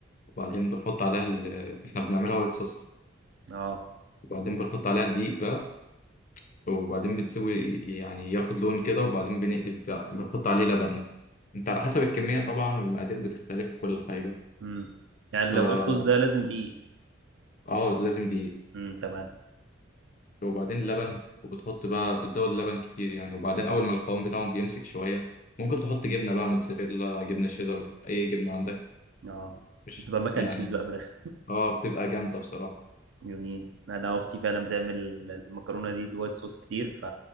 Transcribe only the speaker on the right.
اه
امم يعني لو
وايت صوص ده لازم دقيق
امم تمام
اه
عشان تبقى مكن
تشيز بقى في الاخر
جميل انا اختي فعلا بتعمل المكرونه دي بالوايت صوص كتير ف